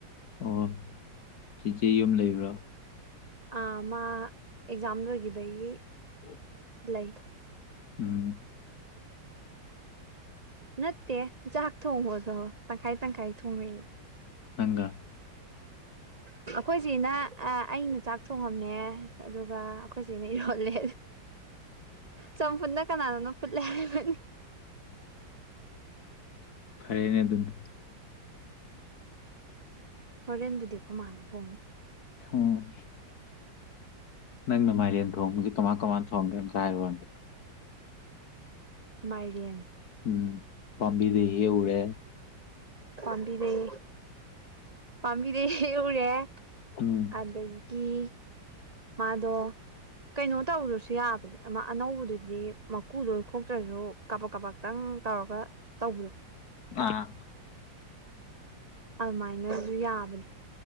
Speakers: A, on the left (about 60°); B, on the right (about 35°).
A: ꯑꯣ ꯆꯦꯆꯦ ꯌꯨꯝ ꯂꯩꯕ꯭ꯔꯣ
B: ꯑꯥ ꯃꯥ ꯑꯦꯛꯖꯥꯝ ꯂꯣꯏꯈꯤꯕꯒꯤ
A: ꯎꯝ
B: ꯂꯩ
A: ꯎꯝ
B: ꯅꯠꯇꯦ ꯆꯥꯛ ꯊꯣꯡꯕꯗꯣ ꯇꯪꯈꯥꯏ ꯇꯪꯈꯥꯏ ꯊꯣꯡꯉꯌꯦ
A: ꯅꯪꯒꯥ
B: ꯑꯩꯈꯣꯏꯆꯦꯅ ꯑꯩꯅ ꯆꯥꯛ ꯊꯣꯡꯉꯝꯃꯦ ꯑꯗꯨꯒ ꯑꯩꯈꯣꯏꯆꯧꯅ ꯏꯔꯣꯜꯂꯦ
A: <unintelligible>
B: ꯆꯝꯐꯨꯟꯅ ꯀꯅꯥꯅꯣꯅ ꯐꯨꯠꯂꯦ ꯍꯥꯏꯔꯤꯕꯅꯤ
A: ꯐꯔꯦꯅꯦ ꯑꯗꯨꯅꯥ
B: ꯍꯣꯔꯦꯟꯕꯨꯗꯤ ꯑꯩꯈꯣꯏꯃꯥꯅꯥ ꯊꯣꯡꯉꯅꯤ
A: ꯎꯝ ꯅꯪ ꯃꯥꯏꯔꯦꯟ ꯇꯣꯡꯕꯗꯤ ꯀ ꯃꯥ ꯀꯃꯥ ꯇꯣꯡꯒꯦ ꯑꯝꯇꯥ ꯍꯥꯏꯔꯣꯅꯦ
B: ꯃꯥꯏꯔꯦꯟ
A: ꯎꯝ ꯄꯥꯕꯤꯗ ꯍꯦꯛꯎꯔꯦ
B: ꯄꯕꯤꯗꯩ ꯄꯕꯤꯗꯩ ꯍꯦꯛꯎꯔꯦ
A: ꯎꯝ
B: ꯑꯗꯒꯤ ꯃꯥꯗꯣ ꯀꯩꯅꯣ ꯇꯧꯗ꯭ꯔꯁꯨ ꯌꯥꯕꯅꯦ ꯑꯃ ꯑꯅꯧꯕꯗꯨꯗꯤ ꯃꯀꯨ ꯂꯣꯏ ꯈꯣꯛꯇ꯭ꯔꯁꯨ ꯀꯄꯛ ꯀꯄꯇꯪ ꯇꯧꯔꯒ ꯇꯧꯕꯗꯣ
A: ꯑꯥ
B: ꯑꯗꯨꯃꯥꯏꯅꯁꯨ ꯌꯥꯕꯅꯦ